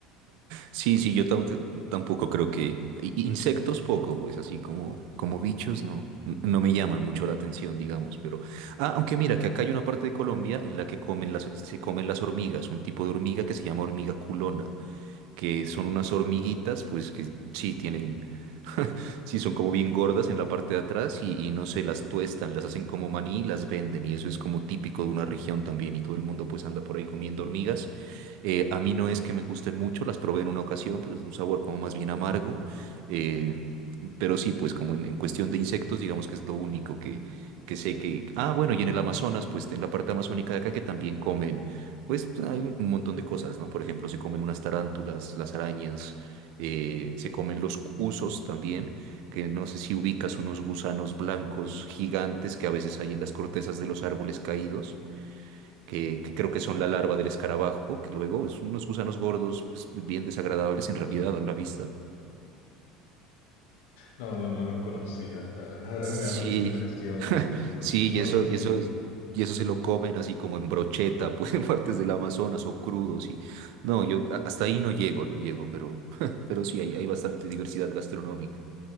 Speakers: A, on the right; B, on the left.
A: Sí, sí, yo tam- tampoco creo que... i- Insectos poco, pues así como, como bichos no, n- no me llaman mucho la atención, digamos, pero... Ah, aunque mira que acá hay una parte de Colombia en la que comen las, se comen las hormigas, un tipo de hormiga que se llama hormiga culona, que son unas hormiguitas, pues que sí, tienen sí son como bien gordas en la parte de atrás y, y no sé, las tuestan, las hacen como maní y las venden y eso es como típico de una región también y todo el mundo pues anda por ahí comiendo hormigas. Eh, a mí no es que me gusten mucho, las probé en una ocasión, pero es un sabor como más bien amargo. eh, pero sí, pues como en, en cuestión de insectos, digamos que es lo único que, que sé que... Ah, bueno, y en el Amazonas, pues en la parte amazónica de acá que también comen, pues hay un montón de cosas, ¿no? Por ejemplo, se comen unas tarántulas, las arañas, eh, se comen los cusos también que no sé si ubicas unos gusanos blancos gigantes que a veces hay en las cortezas de los árboles caídos, que, que creo que son la larva del escarabajo, que luego son unos gusanos gordos, pues, bien desagradables en realidad a la vista.
B: No, no, no los conocía. La, la verdad
A: Sí,
B: que me da mucha impresión. Sí, sí, no,
A: sí,
B: no
A: y eso,
B: sé
A: y
B: si...
A: eso, es- y eso se lo comen así como en brocheta, <laughs> pues en partes del Amazonas o crudos. Y... No, yo a- hasta ahí no llego, no llego, pero, <laughs> pero sí, hay, hay bastante diversidad gastronómica.